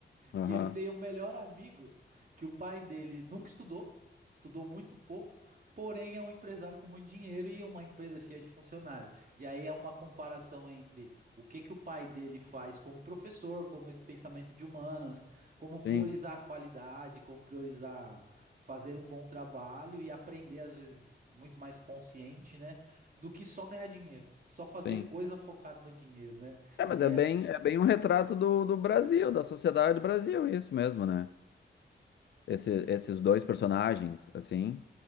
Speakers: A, on the left (about 65°); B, on the right (about 50°).
A: aham,
B: E ele tem um melhor amigo que o pai dele nunca estudou, estudou muito pouco, porém é um empresário com muito dinheiro e uma empresa cheia de funcionários. E aí é uma comparação entre o que que o pai dele faz como professor, como esse pensamento de humanas, como
A: sim,
B: priorizar a qualidade, como priorizar fazer um bom trabalho e aprender às vezes muito mais consciente, né, do que só ganhar dinheiro, só fazer
A: sim.
B: coisa focada no dinheiro, né?
A: É, mas
B: E
A: é
B: é,
A: bem, é bem um retrato do, do Brasil, da sociedade do Brasil, isso mesmo, né? Esse, esses dois personagens, assim,